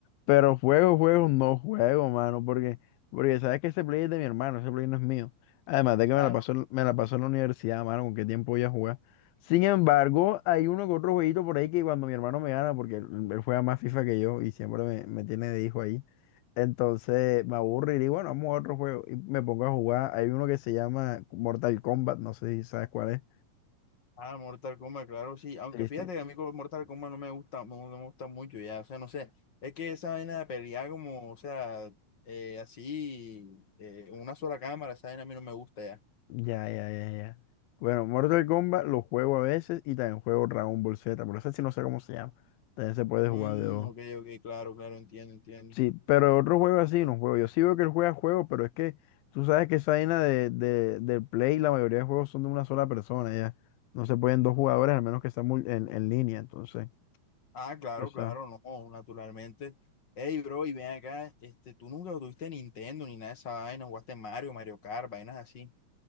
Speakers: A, on the left; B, on the left.
A: Pero juego, juego, no juego, mano, porque, porque sabes que ese Play es de mi hermano, ese Play no es mío. Además de que
B: claro.
A: me la pasó, en- me la pasó en la universidad, mano, con qué tiempo voy a jugar. Sin embargo, hay uno que otro jueguito por ahí que cuando mi hermano me gana, porque él, él juega más FIFA que yo y siempre me, me tiene de hijo ahí. Entonces me aburro y digo, bueno, vamos a otro juego. Y me pongo a jugar. Hay uno que se llama Mortal Kombat, no sé si sabes cuál es.
B: Ah, Mortal Kombat, claro, sí. Aunque
A: Sí,
B: fíjate
A: sí.
B: que a mí como Mortal Kombat no me gusta, no, no me gusta mucho ya, o sea, no sé, es que esa vaina de pelear como, o sea, eh, así, eh, una sola cámara, esa vaina a mí no me gusta ya.
A: Ya, ya, ya, ya. Bueno, Mortal Kombat lo juego a veces y también juego Dragon Ball Z, pero ese sí no sé cómo se llama. También se puede
B: Mm,
A: jugar de dos.
B: ok, ok, claro, claro, entiendo, entiendo.
A: Sí, pero otro juego así no juego. Yo sí veo que él juega juegos, pero es que tú sabes que esa vaina de, de, del Play, la mayoría de juegos son de una sola persona, ya. No se pueden dos jugadores, al menos que estén mul- en, en línea, entonces.
B: Ah, claro,
A: o sea.
B: claro, no, naturalmente. Ey, bro, y ven acá, este, tú nunca tuviste Nintendo ni nada de esa vaina, jugaste Mario, Mario Kart, vainas así.